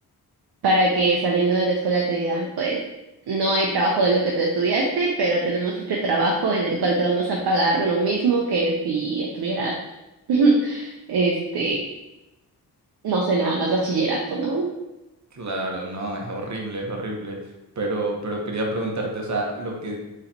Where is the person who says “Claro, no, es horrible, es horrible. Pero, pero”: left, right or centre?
Right